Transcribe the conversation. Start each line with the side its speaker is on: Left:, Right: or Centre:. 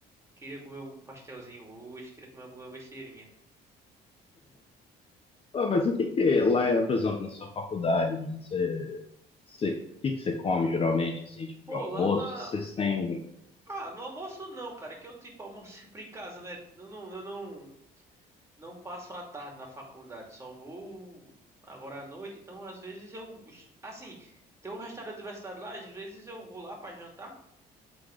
Right: Queria comer um pastelzinho hoje, queria comer alguma besteirinha.
Left: Ah, mas o que que lá é, por exemplo, na sua faculdade, mano? Você Você, o que que você come geralmente, assim, tipo
Right: Pô,
Left: de almoço?
Right: lá na,
Left: Vocês têm.
Right: Ah, no almoço não, cara, é que eu tipo almoço <laughs> sempre em casa, né? Eu não, eu não, não passo a tarde na faculdade, só vou agora à noite, então às vezes eu, assim, tem um restaurante universitário lá, às vezes eu vou lá pra jantar